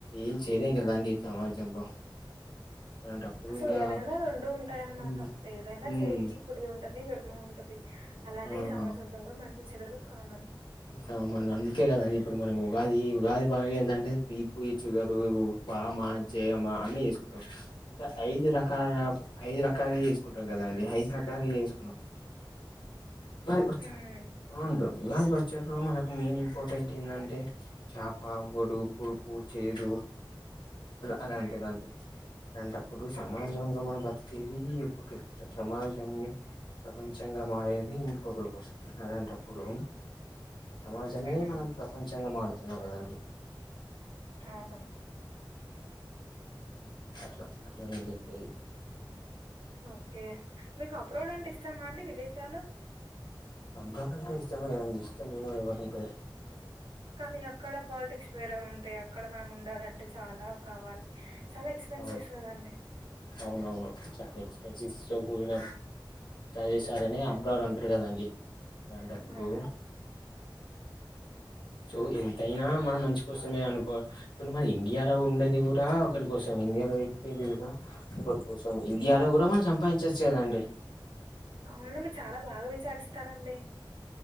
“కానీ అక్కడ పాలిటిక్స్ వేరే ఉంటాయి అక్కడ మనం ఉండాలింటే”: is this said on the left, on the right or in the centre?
Right